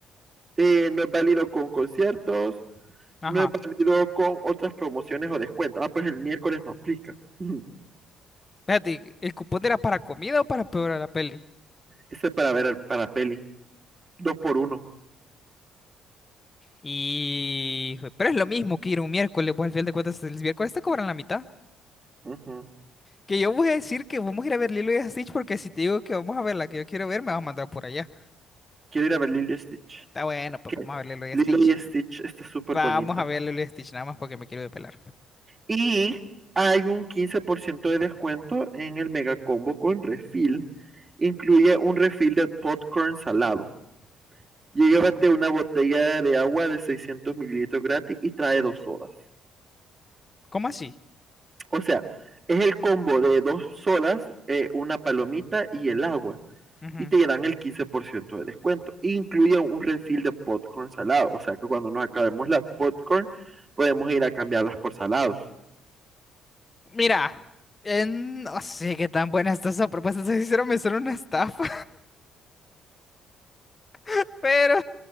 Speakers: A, on the right; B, on the left.
A: eh, no es válido con conciertos.
B: Ajá.
A: no es válido con otras promociones o descuentos. Ah, pues el miércoles no aplica. <laughs>
B: Espérate, ¿el cupón era para comida o para peor la peli?
A: Ese es para ver para peli. Dos por uno.
B: Y... Pero es lo mismo que ir un miércoles. Vos al final de cuentas, el miércoles te cobran la mitad.
A: Ujú.
B: Que yo voy a decir que vamos a ir a ver Lilo y Stitch porque si te digo que vamos a ver la que yo quiero ver, me vas a mandar por allá.
A: Quiero ir a ver Lilo y Stitch.
B: Está bueno,
A: Es
B: pues
A: que
B: vamos a ver Lilo y
A: Lilo
B: Stitch.
A: y Stitch está súper
B: Vamos
A: bonita.
B: a ver Lilo y Stitch nada más porque me quiero depelar.
A: Y hay un 15% de descuento en el mega combo con refil. Incluye un refil de popcorn salado. Llévate una botella de agua de 600 mililitros gratis y trae dos sodas.
B: ¿Cómo así?
A: O sea, es el combo de dos sodas, eh, una palomita y el agua.
B: Ujú.
A: y te dan el 15% de descuento. Incluye un refill de popcorn salado, o sea que cuando nos acabemos las popcorn podemos ir a cambiarlas por salados.
B: Mira, eh, no sé qué tan buena está esa propuesta. Si sincero, me suena una estafa, <laughs> pero